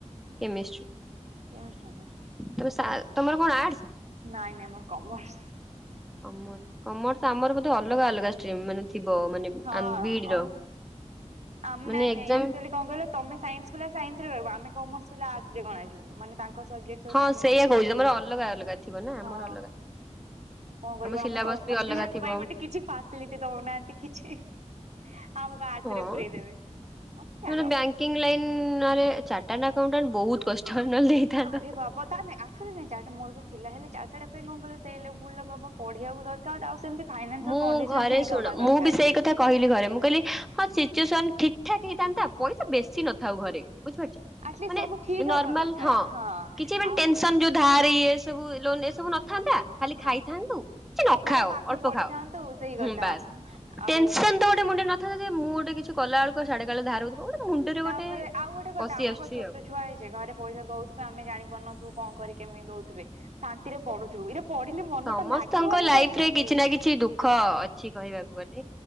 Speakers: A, in the centre; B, on the right (about 70°).
A: କେମିଛୁ
B: କେମିଷ୍ଟ୍ରି ଅନର୍ସ ନା
A: ତମ ସା ତମର କଣ ଆର୍ଟସ?
B: ନାଇଁ ନାଇଁ ମୋର କମର୍ସ।
A: କମ କମର୍ସ ଆମର ଅଲଗା ଅଲଗା ଷ୍ଟ୍ରିମ ମାନେ ଥିବ ମାନେ
B: ହଁ
A: ବିଡି ର
B: ଆମ୍
A: ମାନେ
B: ନାଇଁ
A: ଏକ୍ଜାମ
B: ନାଇଁ ଆକ୍ଚୁଆଲି କଣ କହିଲ ତମେ ସାଇନ୍ସ ପିଲା ସାଇନ୍ସରେ ରହିବ ଆମେ କମର୍ସ ପିଲା ଆଡର୍ସରେ ଗଣାଯିବୁ ମାନେ ତାଙ୍କ ସବଜେକ୍ଟ ସହିତ
A: ହଁ
B: ଆମ
A: ସେଇଆ
B: ସବଜେଟ୍
A: କହୁଛି ତମର
B: ହେଲା
A: ଅଲଗା ଅଲଗା ଥିବ ନା
B: ହଁ।
A: ଆମର ଅଲଗା
B: କଣ କରିବା
A: ସିଲାବସ
B: ଆମ କମର୍ସ
A: ବି ଅଲଗା
B: ପିଲାଙ୍କ
A: ଥିବ
B: ପାଇଁ ଗୋଟେ କିଛି ଫାସ୍ ଲିଟି ଦଉନାହାନ୍ତି କିଛି ଆମକୁ ଆର୍ଡସ ରେ
A: ତୁ
B: ପୁରେଇ ଦେବେ ହ ଛାଡ।
A: ନହେଲେ ବ୍ୟାଙ୍କ୍ କିଙ୍ଗ ଲାଇନ୍ ନହେଲେ ଚଟାର୍ଡଆକାଉଡେଣ୍ଟ ବହୁତ କଷ୍ଟ ନହେଲେ ଦେଇଥାନ୍ତ
B: ଆରେ ବାବା ତାହନେ ଆ <unintelligible> ଚାଟ୍ ମୋର ବି ଥିଲା ହେଲେ ଚଟାର୍ଡଆକାଉଡେଣ୍ଟ କଣ କହିଲ ସେଇ ଲେବୁଲର ବାବା ପଢିବାକୁ ଦରକାର ଆଉ ସେମିତି ଫାଇନାନ୍ସିଆଲ
A: ମୁଁ
B: କଣ୍ଡିସନ
A: ଘରେ
B: ଠିକ
A: ଶୁଣ
B: ହବା ଦରକାର।
A: ମୁଁ ବି ସେଇ କଥା କହିଲି ଘରେ ମୁଁ କହିଲି ହଁ ସିଚୁଏସନ ଠିକ୍ ଠାକ୍ ହେଇଥାନ୍ତା ପଇସା ବେଶୀ ନଥାଉ ଘରେ ବୁଝିପାରୁଚ?
B: ଆଟଲିଷ୍ଟ
A: ମାନେ
B: ସବୁ ଠିକ
A: ନର୍ମାଲ
B: ହବା ଦରକାର
A: ହଁ କିଛି ମାନେ
B: ଆଉ
A: ଟେନସନ୍ ଯୋଉ ଧାର ଇଏ ସବୁ ଲୋନ୍ ଏ ସବୁ ନଥାନ୍ତା ଖାଲି
B: ହଁ
A: ଖାଇଥାନ୍ତୁ କି ନ
B: ବାବା
A: ଖାଅ
B: ପାଠ
A: ଅଳ୍ପ୍ ପ
B: ପଢିଥାନ୍ତୁ
A: ଖାଅ
B: ସେଇ
A: ହୁଁ
B: କଥା
A: ବାସ୍
B: ଆଉ
A: ଟେନସନ୍ ତ ଗୋଟେ ମୁଣ୍ଡରେ ନ ଥାନ୍ତା ଯେ ମୁଁ ଗୋଟେ କିଛି କଲାବେଳକୁ ସାଢେ କାଳେ ଧାର ହଉଥିବ ଗୋଟେ ମୁଣ୍ଡରେ
B: ତାପରେ
A: ଗୋଟେ
B: ଆଉ ଗୋଟେ କଥା
A: ପଶି
B: ଆମେ
A: ଆସୁଛି
B: କଣ ଛୋଟଛୁ
A: ଆଉ
B: ଛୁଆ ହେଇଚେ ଘରେ ପଇସା ଦଉଥିବେ ଆମେ ଜାଣିପାରୁନଥିବୁ କଣ କରି କେମିତି ଦଉଥିବେ ଶାନ୍ତିରେ ପଢୁଥିବୁ ଇଟା ପଢିଲେ ମନ
A: ସମସ୍ତଙ୍କ
B: ତ ଲାଗିବନି
A: ଲାଇଫ
B: ପଢିବାକୁ
A: ରେ କିଛି ନା କିଛି ଦୁଃଖ ଅଛି କହିବାକୁ ଗଲେ